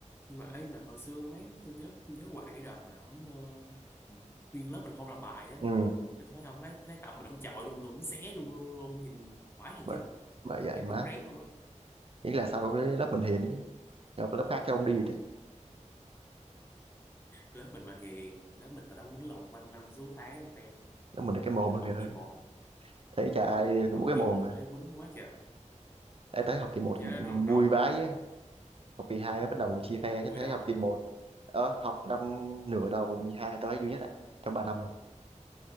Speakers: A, on the left (about 20°); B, on the right (about 50°).
A: nhưng mà ấy mà hồi xưa mấy tôi nhớ tôi nhớ hoài cái đợt mà ổng ờ, nguyên lớp mình không làm bài á
B: ừ
A: cái tôi thấy ông lấy lấy tập mình ông chọi đùng đùng ông xé đùng đùng đùng, nhìn khoái thiệt
B: bởi
A: chứ
B: bởi vậy
A: nhìn
B: mát
A: đúng rén luôn á
B: ý là sau cái lớp mình hiền ấy chứ gặp lớp khác cho ông đi đấy
A: lớp mình mà hiền lớp mình hồi đó quýnh lộn quanh năm suốt tháng luôn fan
B: lớp mình là cái mồm
A: Nhưng học
B: á mày ơi
A: kỳ một
B: thấy chả ai
A: mình-
B: mỗi
A: học
B: cái
A: kỳ
B: mồm
A: một
B: mà
A: tôi thấy quýnh quá trời
B: Ê, tới học kỳ một
A: tôi nhớ lúc
B: vui
A: đầu
B: vãi á học kỳ hai mới bắt đầu chia phe
A: vui
B: chứ thấy
A: đầu
B: học kỳ một ờ, học năm nửa đầu 12 tới duy nhất á trong ba năm luôn